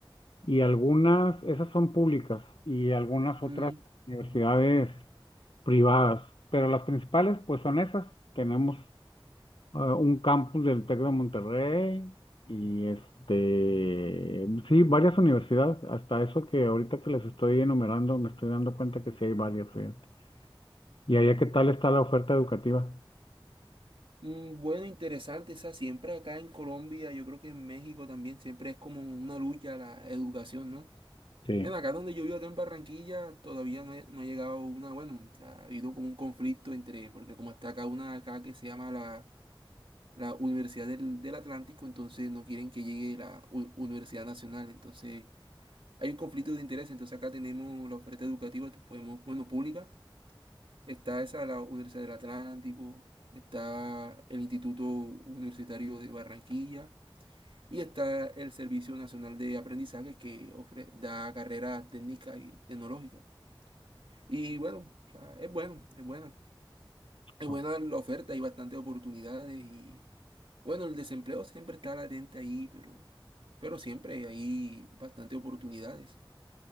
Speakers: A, on the left (about 65°); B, on the right (about 75°).
A: y algunas, esas son públicas, y algunas
B: Mm,
A: otras universidades privadas, pero las principales pues son esas. Tenemos ah, un campus del TEC de Monterrey y este, sí, varias universidades, hasta eso que ahorita que les estoy enumerando, me estoy dando cuenta que sí hay varias, fíjate. ¿Y allá qué tal está la oferta educativa?
B: mm, bueno, interesante, esa siempre acá en Colombia, yo creo que en México también siempre es como una lucha la educación, ¿no?
A: Sí.
B: En acá donde yo vivo, acá en Barranquilla, todavía no, he- no ha llegado una, bueno, o sea, ha habido como un conflicto entre, porque como está acá una acá que se llama la, la Universidad del, del Atlántico, entonces no quieren que llegue la U- Universidad Nacional, entonces... hay un conflicto de interés, entonces acá tenemos la oferta educativa, te- podemos, bueno, pública, está esa, la Universidad del Atlántico, está el Instituto Universitario de Barranquilla y está el Servicio Nacional de Aprendizaje que ofre- da carreras técnicas y tecnológicas. Y bueno, o sea, es bueno, es buena. Es
A: Oh.
B: buena la oferta, hay bastantes oportunidades y bueno, el desempleo siempre está latente ahí, pero, pero siempre hay bastantes oportunidades.